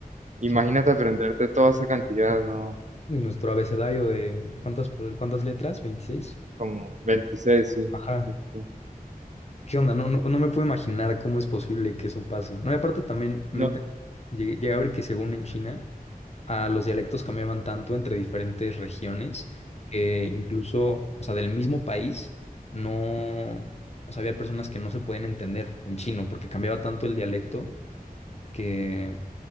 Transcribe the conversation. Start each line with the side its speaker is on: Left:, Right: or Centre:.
Right: Imagínate
Left: qué va.
Right: aprenderte toda esa cantidad, ¿no?
Left: Nuestro abecedario de, ¿cuántas, pal- cuántas letras? veintiséis
Right: Como 26 sí.
Left: Ajá.
Right: sí, sí, sí.
Left: ¿Qué onda? No, no, no me puedo imaginar cómo es posible que eso pase. No, y aparte también me
Right: No,
Left: enter- llegué, llegué a ver que según en China, a los dialectos cambiaban tanto entre diferentes regiones que incluso, o sea, del mismo país, no, o sea, había personas que no se podían entender en chino porque cambiaba tanto el dialecto que...